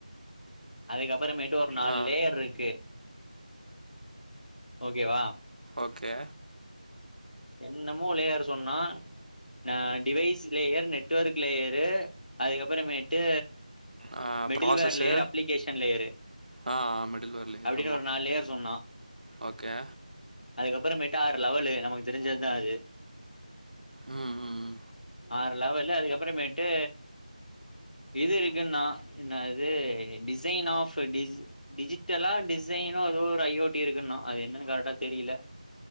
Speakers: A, on the left; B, on the right.
A: அதுக்கப்புறமே ட்டு ஒரு நாலு
B: ஆ.
A: லேயர்ருக்கு ஓகேவா
B: ஓகே.
A: என்னமோ லேயர் சொன்னா அ டிவைஸ் லேயர் நெட்வொர்க் கு லேயரு அதுக்கப்பறமேட்டு
B: ஆ
A: middleware
B: process
A: layer application layer
B: ஆ மிடில்வேர் லேயர்
A: அப்படின்னு
B: ஆமா.
A: ஒரு நாலு லேயர் சொன்னா
B: ஓகே.
A: அதுக்கப்பறமேட்டு ஆறு லெவலு நமக்கு தெரிஞ்சத்தா அது
B: உம் உம்
A: ஆறு லெவலு அதுக்கப் பறமேட்டு இது இருக்குன்னா என்னது டிசைன் ஆஃப் டி டிஜிட்டலா டிசைனோ எதோ ஒரு ஐ ஓ டி இருக்குன்னா அது என்னன்னு கரட்டா தெரியில